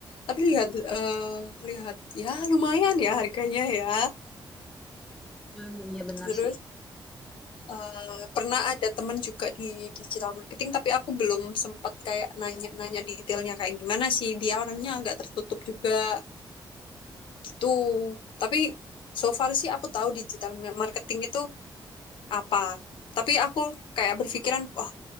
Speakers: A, on the left; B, in the centre.
A: Tapi lihat eh, lihat ya lumayan ya harganya ya.
B: Hmm, iya benar
A: Terus
B: sih.
A: eh, pernah ada teman juga di digital marketing, tapi aku belum sempat kayak nanya-nanya detailnya kayak gimana sih. Dia orangnya agak tertutup juga gitu. Tapi so far sih aku tahu digital marketing itu apa. Tapi aku kayak berpikiran, wah